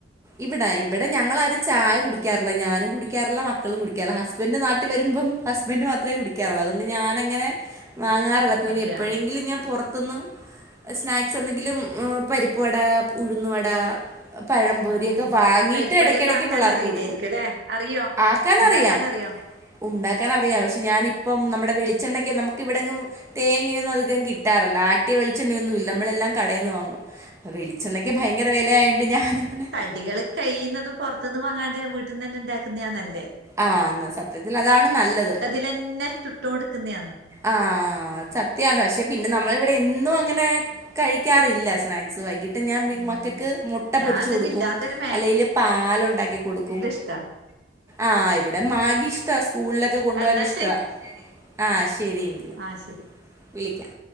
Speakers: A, on the right (about 15°); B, on the right (about 65°).
A: ഇവിടെ ഇവിടെ ഞങ്ങളാരും ചായ കുടിക്കാറില്ല ഞാനും കുടിക്കാറില്ല മക്കളും കുടിക്കാറില്ല ഹസ്ബൻഡ് നാട്ടിൽ വരുമ്പം ഹസ്ബൻഡ് മാത്രെ കുടിക്കാറുള്ളൂ അതുകൊണ്ട് ഞാനങ്ങനെ വാങ്ങാറില്ല പിന്നെ
B: അതെയാ
A: എപ്പോഴെങ്കിലും ഞാൻ പുറത്ത്ന്ന് സ്നാക്സെന്തെങ്കിലും പരിപ്പുവട, ഉഴന്നുവട, പഴം.....
B: ആഹ്
A: ലൊക്കെ വാങ്ങീട്ട്
B: പരിപ്പടി
A: ഇടക്കിടക്ക്
B: ഒന്നും ആക്കാൻ
A: പിള്ളേർക്ക്
B: അറിയില്ലായിരിക്കുംല്ലേ
A: കൊടുക്കും.
B: അറിയോ
A: ആക്കാൻറിയാം..
B: ഇണ്ടാക്കാൻ അറിയോ
A: ഉണ്ടാക്കനറിയാം പക്ഷെ ഞാനിപ്പം നമ്മുടെ വെളിച്ചെണ്ണക്കെ നമുക്ക് ഇവിടെങ്ങും തേങ്ങെയൊന്നും അതികം കിട്ടാറില്ല ആട്ടിയ വെിച്ചണ്ണൊന്നും ഇല്ല നമ്മളെല്ലാം കടയിന്ന് വാങ്ങും. വളിച്ചെണ്ണയ്ക്ക് ഭയങ്കര വിലയായോണ്ട് ഞാനങ്ങനെ
B: കള് കഴിയുന്നതും പുറത്തുനിന്ന് വാങ്ങതെ വീട്ടിന്ന് തന്നെ ഉണ്ടാക്കുന്നതാ നല്ലേ.
A: ആഹ് ന്നാ സത്യത്തിലതാണ് നല്ലത്.
B: ന്നെ ചുട്ടോണ്ട്ക്കുന്നെയാണ്.
A: ആഹ് സത്യാണ് പക്ഷെ പിന്നെ നമ്മളിവിടെ എന്നും അങ്ങനെ കഴിക്കാറില്ല സ്ന വൈകിട്ട് ഞാൻ
B: ഉം
A: മക്കയ്ക്ക് മുട്ട
B: ഞാൻ
A: പൊരിച്ച്
B: എന്തെങ്കിലും
A: കൊടുക്കും
B: ഇല്ലാത്തരം
A: അല്ലെങ്കൽ പാലുണ്ടാക്കി കൊടുക്കും.
B: ത
A: ആഹ് ഇവിടെ മാഗി ഇഷ്ടാ സ്കൂളിലൊക്കെ കൊണ്ടു
B: എന്നാ
A: പോകൻ ഇഷ്ട ആഹ് ശരിയങ്കില..
B: ആ ശരി
A: വിളിക്കാം